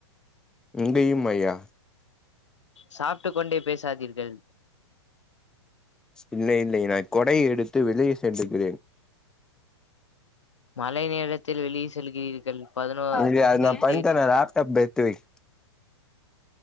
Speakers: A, in the centre; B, on the left.
A: இங்குயும்மய்யா
B: சாப்ட்டு கொண்டே பேசாதீர்கள்
A: இல்லை இல்லை நா கொடை எடுத்து வெளியே சென்டுக்கிறேன்
B: மழை நேரத்தில் வெளியே செல்கிறீர்கள் பதினோ
A: இது அதுனா
B: இந்த இந்த
A: பண்டத்த
B: இது
A: நா லாப்டாப்பு எத்து வெய்